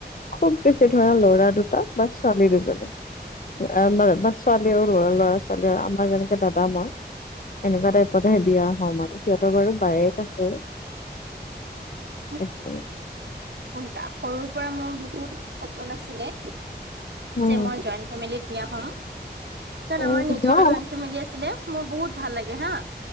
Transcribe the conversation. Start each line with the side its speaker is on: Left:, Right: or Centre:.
Left: খুব বেছি ধৰা ল'ৰা দুটা বা ছোৱালী দুজনী। আমা বা ছোৱালীও লৰা ল'ৰা ছোৱালীও আমাৰ যেনেকে দাদা মই। এনেকুৱা টাইপতহে বিয়া হ'ম আৰু সিহঁতৰ বাৰু বায়েক আছে।
Right: <unintelligible>
Left: একে
Right: উলটা সৰুৰ পৰা মোৰ বহুত সপোন আছিলে
Left: উম
Right: যে মই জইন্ট ফেমিলিত। বিয়া হম কাৰণ
Left: উম
Right: আমাৰ
Left: হোৱা
Right: নিজৰো জইন ফেমেলি আছিলে মোৰ বহুত ভাল লাগে হা।